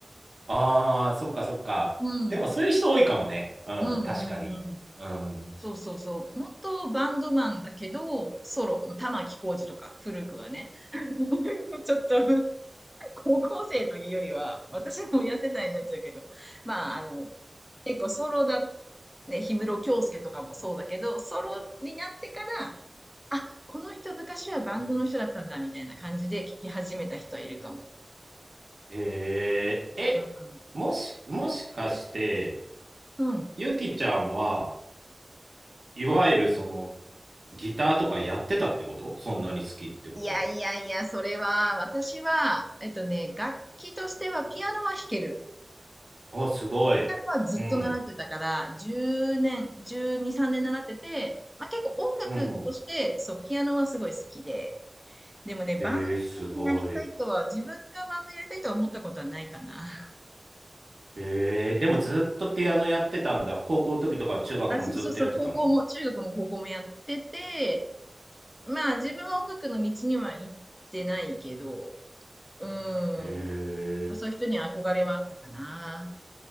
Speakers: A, on the right; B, in the centre.
A: ああ、そっかそっか。
B: うん。
A: でもそういう人多いかもね。うん、
B: うんうんうん。
A: 確かに。うん。
B: そうそうそう。元バンドマンだけど、ソロ、玉置浩二とか、古くはね。<laughs> ちょっと高校生というよりは、
A: <laughs>
B: 私も痩せたになっちゃうけど、まあ、あの、結構ソロだ、ね、氷室京介とかもそうだけど、ソロになってから、あ、この人昔はバンドの人だったんだ、みたいな感じで聞き始めた人はいるかも。
A: えー、え、
B: うん。
A: もし、もしかして、
B: うん。
A: ゆきちゃんは、いわゆるその、ギターとかやってたってことそんなに好きってことは。
B: いやいやいや、それは、私は、えっとね、楽器としてはピアノは弾ける。
A: あ、すごい。
B: ピアノはずっと習ってたから、
A: うん。
B: 10年、12、3年習ってて、まあ、結構音楽として、
A: うん。
B: そう、ピアノはすごい好きで、でもね、バンドになりたいとは、
A: えー、すごい。
B: 自分がバンドやりたいとは思ったことはないかな。<laughs>
A: ええ、でもずっとピアノやってたんだ。高校の時とか中学もずっとやってたの
B: あ、そうそうそう、高校も、中学も高校もやってて、まあ自分は音楽の道には行ってないけど、うん、
A: え
B: まあ、そういう人には憧れはあったかな。